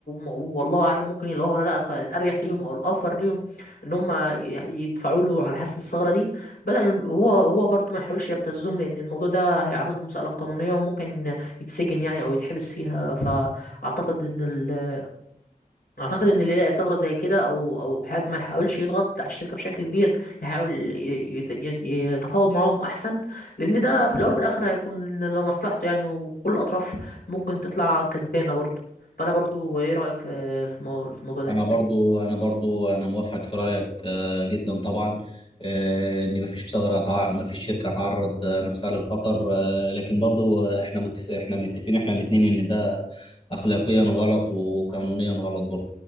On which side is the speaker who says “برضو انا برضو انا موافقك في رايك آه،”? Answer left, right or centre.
Left